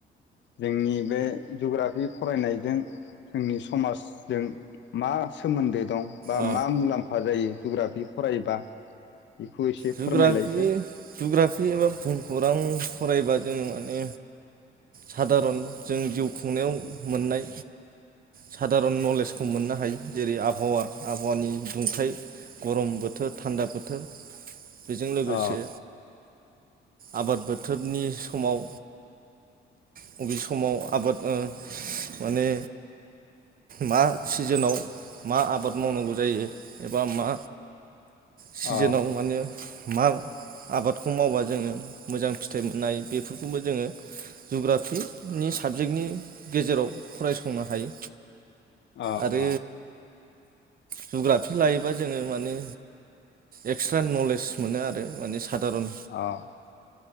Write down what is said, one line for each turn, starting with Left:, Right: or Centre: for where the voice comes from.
Left: जोंनि बे जुग्राफि फरायनायजों जोंनि समाजजों मा सोमोन्दो दं बा
Right: ओ
Left: मा मुलाम्फा जायो जुग्राफि फरायोबा बेखौ एसे
Right: जुग्राफि
Left: फोरमायलायसाय।
Right: जुग्राफि एबा भुम खौरां फरायबा जोङो माने सादारन जों जिउ खुंनायाव मोननाय सादारन नलेजखौ मोननो हायो। जेरै आबहावा आबहावानि दुंथाइ गरम बोथोर, थान्दा बोथोर बेजों लोगोसे
Left: अ
Right: आबाद बोथोरनि समाव बबे समाव आबाद ओ माने मा सिजोनाव मा आबाद मावनांगौ जायो एबा मा सिजोनाव
Left: अ
Right: माने मा आबादखौ मावबा जोङो मोजां फिथाइ मोननो हायो। बेफोरखौबो जोङो जुग्राफिनि साबजेक्टनि गेजेराव फरायसंनो हायो।
Left: अ
Right: आरो
Left: अ।
Right: जुग्राफि लायोबा जोङो माने एक्सट्रा नलेज मोनो आरो माने स सादारन
Left: अ